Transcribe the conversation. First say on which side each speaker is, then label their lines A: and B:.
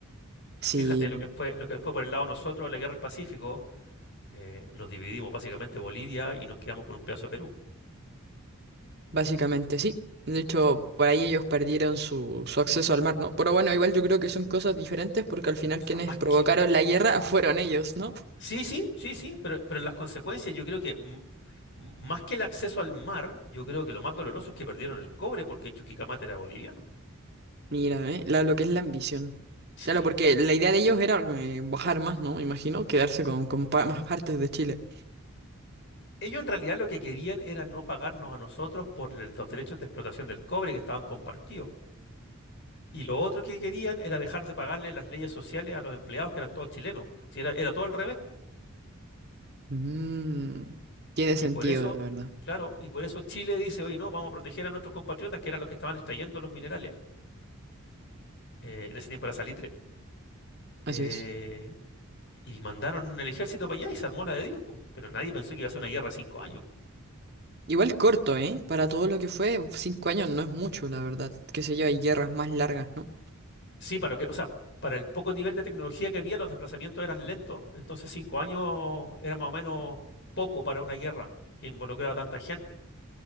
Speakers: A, on the right; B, on the left.
A: Sí,
B: Fíjate
A: bu-
B: lo que fue, lo que fue por el lado de nosotros la guerra del Pacífico, eh, nos dividimos básicamente Bolivia y nos quedamos con un pedazo de Perú.
A: básicamente sí. De hecho, por ahí ellos perdieron su, su acceso al mar, ¿no? Pero bueno, igual yo creo que son cosas diferentes porque al final
B: O sea,
A: quienes
B: más
A: provocaron
B: que.
A: la guerra <laughs> fueron ellos, ¿no?
B: Sí, sí, sí, sí, pero, pero en las consecuencias yo creo que m- m- más que el acceso al mar, yo creo que lo más doloroso es que perdieron el cobre porque Chuquicamata era boliviano. <laughs>
A: Mira, ¿eh? La- lo que es la ambición.
B: Sí.
A: Claro, porque la idea de ellos era eh, bajar más, ¿no? Me imagino, quedarse con, con pa- más partes de Chile.
B: Ellos en realidad lo que querían era no pagarnos a nosotros por los derechos de explotación del cobre que estaban compartidos. Y lo otro que querían era dejar de pagarle las leyes sociales a los empleados que eran todos chilenos. po. Si era, era todo al revés, po.
A: Mm, tiene sentido,
B: Y por eso,
A: la verdad.
B: claro, y por eso Chile dice, oye, no, vamos a proteger a nuestros compatriotas, que eran los que estaban extrayendo los minerales, eh, en ese tiempo era salitre,
A: Así
B: eh,
A: es.
B: y mandaron el ejército para allá y se armó la de Dios, po. Pero nadie pensó que iba a ser una guerra de cinco años.
A: Igual corto, ¿eh? Para todo lo que fue, cinco años no es mucho, la verdad. Qué sé yo, hay guerras más largas, ¿no?
B: Sí, para lo que, o sea, para el poco nivel de tecnología que había, los desplazamientos eran lentos, entonces cinco años era más o menos poco para una guerra que involucraba a tanta gente.